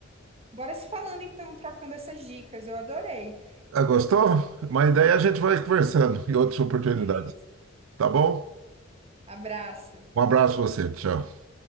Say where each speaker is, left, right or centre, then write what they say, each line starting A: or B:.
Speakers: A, on the right; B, on the right.
A: Bora se falando então, trocando essas dicas. Eu adorei.
B: Ah, Gostou? Mas daí a gente vai conversando em outras oportunidades,
A: Beleza.
B: tá bom?
A: Abraço.
B: Um abraço pra você, tchau.